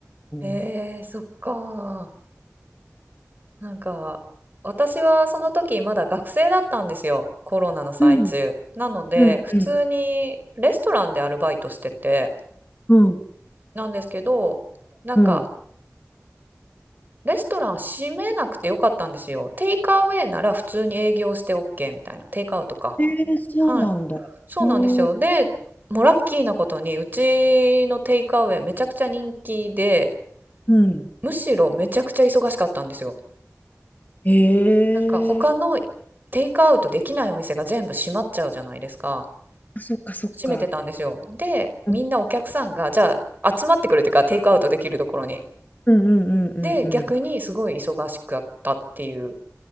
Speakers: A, on the right (about 35°); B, on the left (about 35°).
A: えー、
B: うん。
A: そっかなんか私はその時まだ学生だったんですよコロナの最中なので普通にレストランでアルバイトしてて
B: うんうん、うん、うん。うん
A: なんですけどなんか
B: うん。
A: レストラン閉めなくてよかったんですよ。テイクアウェイなら普通に営業して OK みたいな。テイクアウトか。
B: えー、そうなんだ。
A: はい。そうなんですねよ。
B: うん、
A: で、もうラッキーなことに、うちのテイクアウェイめちゃくちゃ人気で、
B: うん。
A: むしろめちゃくちゃ忙しかったんですよ。
B: へえ、
A: なんか他のテイクアウトできないお店が全部閉まっちゃうじゃないですか。
B: あそっかそっか。
A: 閉めてたんですよ。で、みんなお客さんが、
B: うん
A: じゃあ集まってくるっていうか、テイクアウトできるところに。
B: うんうんうんうん。
A: で、
B: うん
A: 逆にすごい忙しかったっていう。